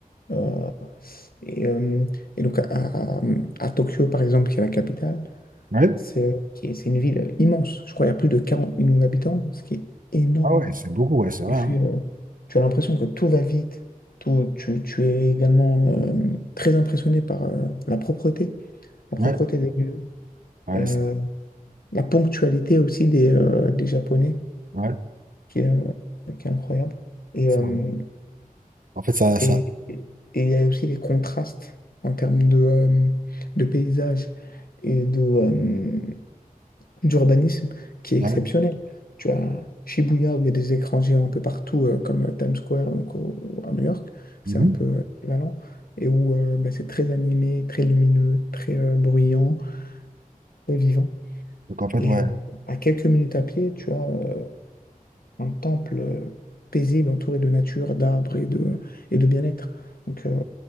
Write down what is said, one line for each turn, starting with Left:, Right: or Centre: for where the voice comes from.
Left: euh, Et, euh, et donc à, à- à Tokyo, par exemple, qui est la capitale,
Right: Ouais.
Left: c'est qui est- c'est une ville immense. Je crois qu'il y a plus de 40 millions d'habitants, ce qui est énorme.
Right: Ah ouais, c'est beaucoup, ouais, c'est vrai.
Left: Et puis,
Right: hein.
Left: euh, tu as l'impression que tout va vite. Tout, tu, tu es également euh, très impressionné par euh, la propreté, la
Right: Ouais.
Left: propreté des lieux.
Right: Ouais,
Left: Euh,
Right: c'est
Left: la ponctualité aussi des, euh, des Japonais,
Right: ouais,
Left: qui est, euh, qui est incroyable. Et,
Right: c'est
Left: euh,
Right: vrai. En fait, ça,
Left: et,
Right: ça,
Left: et il y a aussi les contrastes en termes de, euh, de paysage et de, euh, d'urbanisme qui est
Right: ouais.
Left: exceptionnel. Tu as Shibuya, où il y a des écrans géants un peu partout, euh, comme euh, Times Square, donc au- à New York, c'est
Right: Mhm.
Left: un peu euh, équivalent, et où euh, bah, c'est très animé, très lumineux, très euh, bruyant, très vivant.
Right: Donc, en fait,
Left: Et
Right: ouais.
Left: euh, à quelques minutes à pied, tu as euh, un temple euh, paisible entouré de nature, d'arbres et de, et de bien-être. Donc euh,